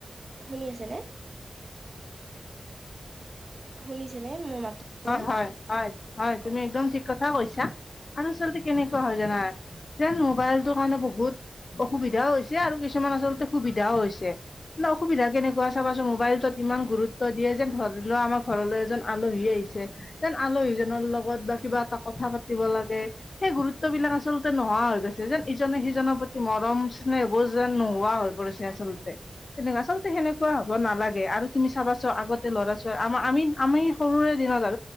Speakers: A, on the right; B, on the left.
A: শুনি আছে নে, শুনিছে নে মোৰ মাত
B: হয়,
A: নে
B: হয়, হয়, হয়, তুমি
A: অ
B: একদম ঠিক কথা কৈছা। আৰু আচলতে কেনেকুৱা হয় জানা যেন মোবাইলটো কাৰণে বহুত অসুবিধাও হৈছে আৰু কিছুমান আচলতে সুবিধাও হৈছে। মানে অসুবিধা কেনেকুৱা চাবাচোন মোবাইলটোত ইমান গুৰুত্ব দিয়ে যেন ধৰি লোৱা আমাৰ ঘৰলৈ এজন আলহী আহিছে। যেন আলহীজনৰ লগত বা কিবা এটা কথা পাতিব লাগে, সেই গুৰুত্ব বিলাক আচলতে নোহোৱা হৈ গৈছে যেন ইজনে সিজনৰ প্ৰতি মৰম স্নেহবোৰ যেন নোহোৱা হৈ পৰিছে, আচলতে। তেনেকুৱা আচলতে সেনেকুৱা হ'ব নালাগে আৰু তুমি চাবাচো আগতে ল'ৰা ছোৱালী আমাৰ আমি আমি সৰুৰে দিনত আৰু